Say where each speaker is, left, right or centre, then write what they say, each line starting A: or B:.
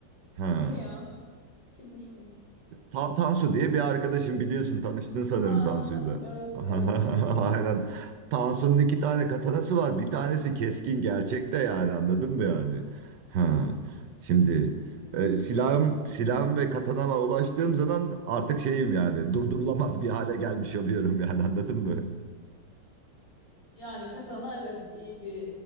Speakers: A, on the right (about 75°); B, on the left (about 80°).
A: Ha.
B: Kim ya? Kimmiş bu?
A: Ta- Tansu diye bir arkadaşım biliyorsun tanıştın sanırım
B: Ha
A: Tansu'yla.
B: ha ha evet
A: <laughs>
B: evet evet evet.
A: Aynen. Tansu'nun iki tane katanası var. Bir tanesi keskin gerçekte yani anladın mı yani? Ha. Şimdi
B: İlginç.
A: e, silahım, silahım ve katanama ulaştığım zaman artık şeyim yani durdurulamaz bir hale gelmiş oluyorum yani anladın mı?
B: Yani katana evet iyi bir